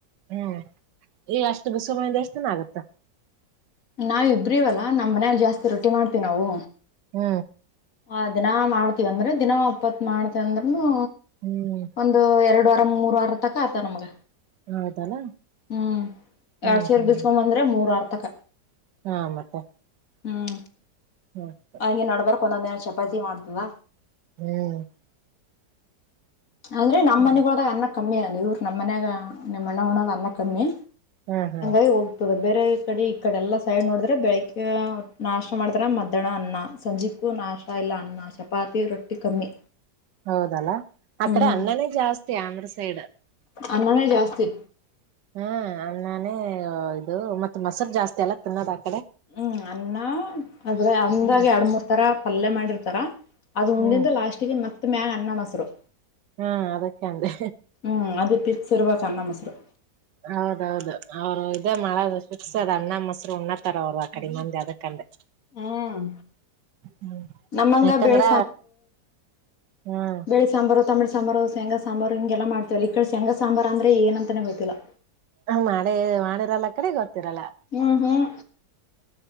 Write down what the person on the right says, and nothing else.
ಹ್ಮ ಈ ಅಷ್ಟ ಬಿಸಯಿಂದ ಎಷ್ಟನ ಆಗತ್ತಾ.
ಹ್ಮ.
ಹ್ಮ.
ಹೌದಲ್ಲ
ಹ್ಮ್
ಹ್ಮ್
ಹಾ ಮತ್ತ
<inaudible>
ಹ್ಮ್
ಹ್ಮ್
ಹ್ಮ ಹ್ಮ
ಹೌದಲ್ಲ ಆಕಡೆ
ಅನ್ನನೇ ಜಾಸ್ತಿ ಅಂದ್ರ ಸೈಡ.
ಹ್ಮ್ ಅನ್ನನ್ನೇ ಇದು ಮತ್ ಮಸರು ಜಾಸ್ತಿ ಅಲ ತಿನ್ನೋದ್ ಆ ಕಡೆ.
ಹ್ಮ್
ಹ್ಮ್
ಹಾ ಅದಕ್ಕೆ ಅಂದೆ
ಹೌದೌದು ಅವ್ರು ಇದೇ ಮಾಡದು ಪಿಕ್ಸದ ಅನ್ನ ಮೊಸ್ರು ಉಣ್ಣಾತಾರ ಅವ್ರು ಆ ಕಡೆ ಮಂದಿ ಅದಕ ಅಂದೆ.
ಹ್ಮ
ಯಾಕಂದ್ರ
ಹ್ಮ್.
ಹ ಮಾಡೆ ಮಾಡಿರಲ್ ಆಕಡಿ ಗೊತ್ತಿರಲ್ಲಾ.